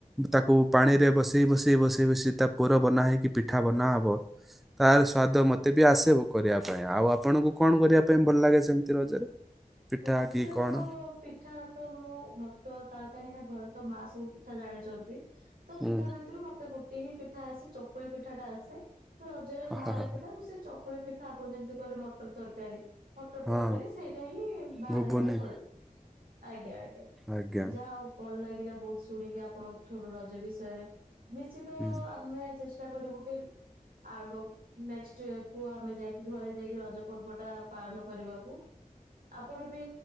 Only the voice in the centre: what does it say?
ତାକୁ ପାଣି ରେ ବସେଇ ବସେଇ ବସେଇ ବସେଇ ତା ପୋର ବନା ହେଇକି ପି ଠା ବାନ ହବତା ସ୍ଵାଦ ମତେ ବି ଆସେ କରିବା ପାଇଁ ଆଉ ଆପଣଙ୍କୁ କଣ କରିବା ପାଇଁ ଭଲ ଲାଗେ ସେମିତି ରଜରେ? ପିଠା
କି କଣ?
ହୁଁ।
ହ
ହ ହ।
ହଁ।
ଘୁଗୁନି
ଆଜ୍ଞା।
ହୁଁ।